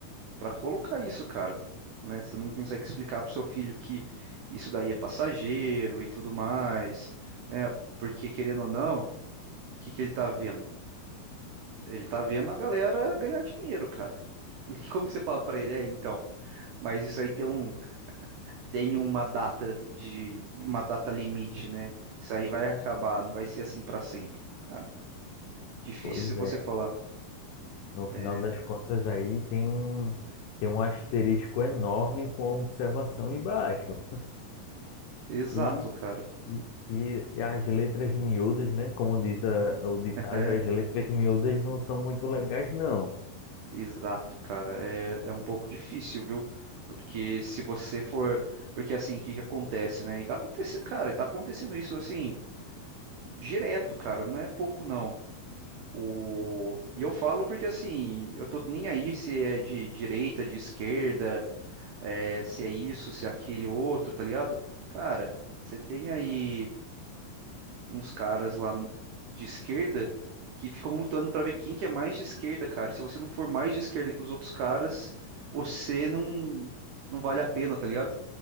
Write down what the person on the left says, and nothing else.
Pois
é.
No final
das contas, aí tem um, tem um asterisco enorme com a observação embaixo.
E,
e, e e as letras miúdas, né? Como diz a- o ditado,
as letras miúdas não são muito legais, não.